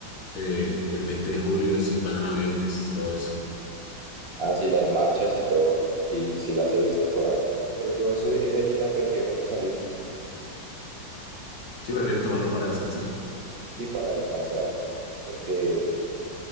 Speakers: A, on the left (about 55°); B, on the right (about 75°).
A: de- del 20 de julio, si pasan aviones, todo eso.
B: Ah, sí, las marchas y todo. Sí, sí las he visto por ahí. Pero yo eso, ese día prefiero no salir,
A: Sí, prefiero tomarlo para descansar.
B: sí, para descansar, porque,